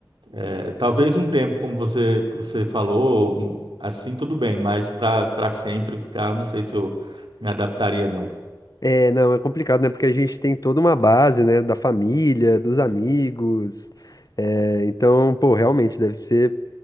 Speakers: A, on the right (about 85°); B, on the left (about 50°).
A: É, talvez um tempo, como você, você falou, um- assim tudo bem, mas para para sempre ficar, não sei se eu me adaptaria, não.
B: É, não, é complicado, né? Porque a gente tem toda uma base, né? Da família, dos amigos. É, então, pô, realmente deve ser,